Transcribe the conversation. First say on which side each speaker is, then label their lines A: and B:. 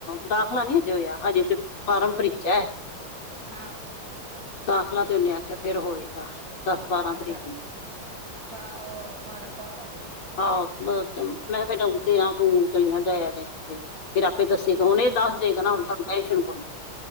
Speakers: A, on the left (about 85°); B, on the right (about 40°).
A: ਦਾਖਲਾ ਨੀ ਹਜੇ ਹੋਇਆ, ਹਜੇ ਤੇ ਫਾਰਮ ਭਰੀਚੈ,
B: ਹਾਂ
A: ਦਾਖਲਾ ਤੇ ਓਨੇ ਆਖਿਆ ਫੇਰ ਹੋਏਗਾ। ਦਸ ਬਾਰਾਂ
B: ਅੱਛਾ,
A: ਤਰੀਕ ਨੂੰ
B: ਠਾ ਓ ਫਾਰਮ ਭਰ ਆਏ ਜੋ।
A: ਆਹੋ, ਮੈਂ ਫੇਰ ਤੇਰਾਂ ਜੂਨ ਨੂੰ ਚਲੀਆਂ ਜਾਇਆ ਜੇ। ਫੇਰ ਆਪੇ ਦੱਸੇਗਾ ਹੁਨੇ, ਦੱਸ ਦੇਗਾ ਨਾ ਹੁਣ ਸਾਨੂੰ ਟੈਸ਼ਨ ਕੋਨੀ।